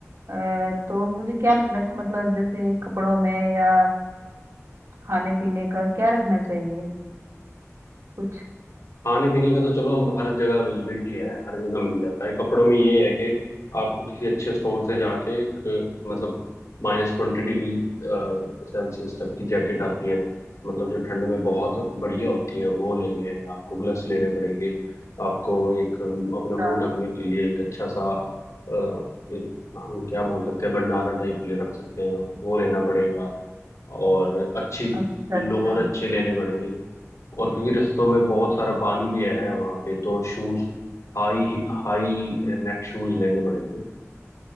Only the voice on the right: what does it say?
अ, तो मुझे क्या रख मतलब जैसे कपड़ों में या खाने पीने का क्या रखना चाहिए कुछ
अच्छा
अच्छा
अच्छा